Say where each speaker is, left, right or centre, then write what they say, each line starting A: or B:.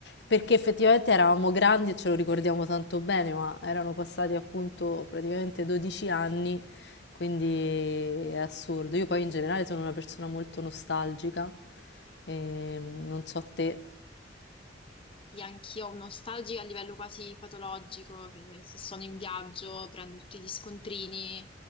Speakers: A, on the left (about 65°); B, on the left (about 30°).
A: perché effettivamente eravamo grandi e ce lo ricordiamo tanto bene, ma erano passati appunto praticamente 12 anni, quindi è assurdo. Io poi in generale sono una persona molto nostalgica, e non so te,
B: Sì, anch'io ho un nostalgico a livello quasi patologico, che se sono in viaggio prendo tutti gli scontrini,